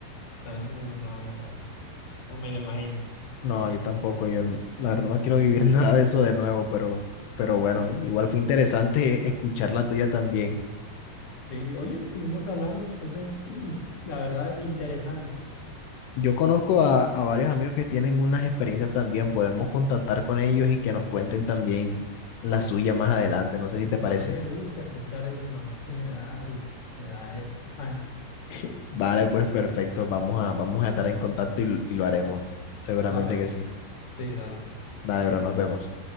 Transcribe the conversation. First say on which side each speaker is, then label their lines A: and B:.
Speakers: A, on the left; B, on the left.
A: tan, uy, no, no, no, no me lo imagino.
B: No, yo tampoco, yo n- la verdad no quiero vivir <laughs> nada de eso de nuevo, pero, pero bueno, igual fue interesante <laughs> escuchar la tuya también.
A: Sí, oye, seguimos hablando, entonces, uy, la verdad, interesante.
B: Yo conozco a, a varios amigos que tienen unas experiencias también, podemos contactar con ellos y que nos cuenten también la suya más
A: Mm.
B: adelante, no sé si te parece.
A: A mí me gusta escuchar eso, nada más que me da, uff, me da es pánico.
B: <laughs> Vale, pues perfecto, vamos a, vamos a estar en contacto y, y lo haremos, seguramente
A: Dale,
B: que
A: bro.
B: sí.
A: Sí, dale.
B: Dale, bro, nos vemos.